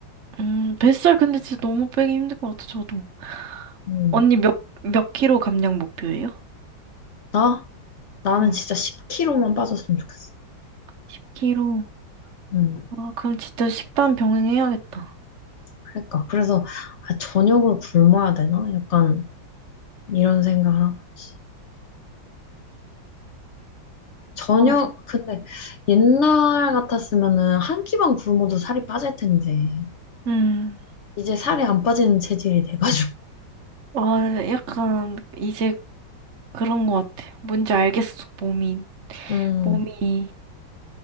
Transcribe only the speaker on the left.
음.
나? 나는
진짜 10kg만 빠졌으면 좋겠어.
응.
그러니까 그래서 아, 저녁을 굶어야 되나? 약간 이런 생각을 하고 있지. 저녁
근데 옛날 같았으면은 한 끼만 굶어도 살이 빠질 텐데
이제 살이 안 빠지는 체질이 돼가지고.
<laughs> 음